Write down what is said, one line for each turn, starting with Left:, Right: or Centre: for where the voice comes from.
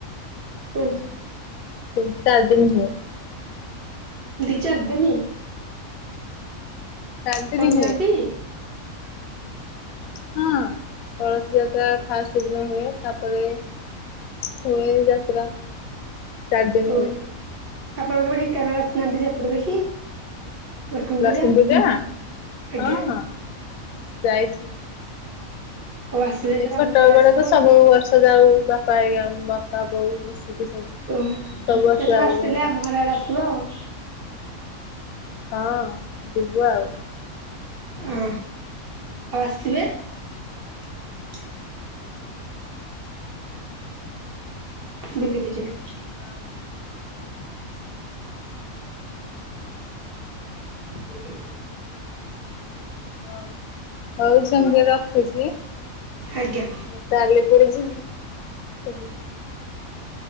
Right: ଉଁ।
Left: ତିନି ଚାରି ଦିନ ହୁଏ।
Right: ଦି ଚାରିଦିନି
Left: ଚାରିଦିନ
Right: ଯାଆନ୍ତି?
Left: ହୁଏ। ହଁ କଳସୀ ଯାତ୍ରା ଫାଷ୍ଟ ଦିନ ହୁଏ, ତାପରେ ହୁଏ ଯାତ୍ରା ଚାରି ଦିନ
Right: ଓ, ଆପଣଙ୍କ
Left: ହୁଏ
Right: କେବେ ଢେଙ୍କାନାଳ ଆସିନାହାନ୍ତି ଯାତ୍ରା ଦେଖି? ଲକ୍ଷ୍ମୀ
Left: ଲକ୍ଷ୍ମୀପୂଜା
Right: ପୂଜା?
Left: ହଁ
Right: ଆଜ୍ଞା।
Left: ଯାଇଛି।
Right: ଆଉ ଆସିଲେ
Left: ଆମେ
Right: ଏଥର
Left: ଛୋଟ
Right: ଆମ ଘର ଆଡେ
Left: ବେଳେ
Right: ଆସିବ।
Left: ତ ସବୁ ବର୍ଷ ଯାଉ, ବାପା ହେରିକା ବାପା ବୋଉ ମିସିକି ସବୁ।
Right: ଓ,
Left: ସବୁ ବର୍ଷ
Right: ଏଥର
Left: ଯାଉ
Right: ଆସିଲେ
Left: ଢେଙ୍କାନାଳ
Right: ଆମ ଘର ଆଡ଼େ ଆସିବ ଆଉ।
Left: ହଁ ଯିବୁ ଆଉ।
Right: ହଁ ଆଉ ଆସିିବେ। ହ <inaudible> ବୁଲିକି ଯିବେ।
Left: ହଁ <inaudible>
Right: <inaudible>
Left: ହଉ ହଉ ସୋନି ଦେଇ ରଖୁଛି।
Right: ଆଜ୍ଞା
Left: ମୋ ଡାଲି ପୋଡିଯିବ ରଖୁଚି।